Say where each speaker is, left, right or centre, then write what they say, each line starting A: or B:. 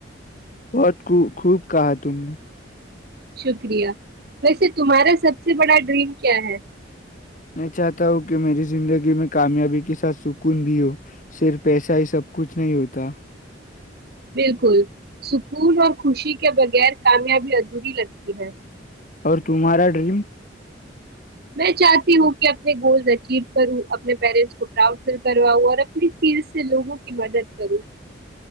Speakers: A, on the left; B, on the right.
A: بہت خوب کہا تم نے
B: شکریہ ویسے تمہارا سب سے بڑا ڈریم کیا ہے
A: میں چاہتا ہوں کہ میری زندگی میں کامیابی کے ساتھ سکون بھی ہو صرف پیسہ ہی سب کچھ نہیں ہوتا
B: بالکل سکون اور خوشی کے بغیر کامیابی ادھوری لگتی ہے
A: اور تمہارا ڈریم
B: میں چاہتی ہوں کہ اپنے گولز اچیو کرو اپنے پیرنٹس کو پراؤڈ فیل کرواؤ اور اپنی چیز سے لوگوں کی مدد کروں